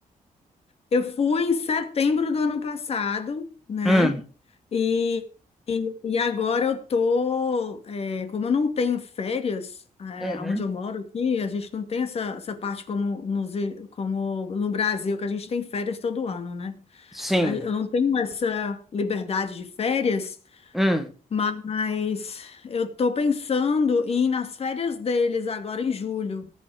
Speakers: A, on the left; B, in the centre.
A: Eu fui em setembro do ano passado, né?
B: Hum.
A: E, e, e agora eu tô, é, como eu não tenho férias, é,
B: Uhum.
A: onde eu moro aqui, a gente não tem essa, essa parte como, nos, como no Brasil, que a gente tem férias todo ano, né?
B: Sim.
A: Aí Eu não tenho essa liberdade de férias.
B: Hum.
A: Mas eu tô pensando em ir nas férias deles agora em julho.